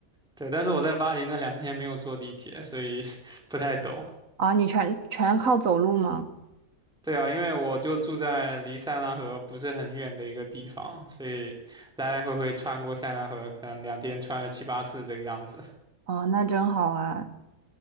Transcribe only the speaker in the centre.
对，但是我在巴黎那两天没有坐地铁，所以 <laughs> 不太懂。
对啊，因为我就住在离塞纳河不是很远的一个地方，所以来来回回穿过塞纳河，可能两天穿了七八次这个样子，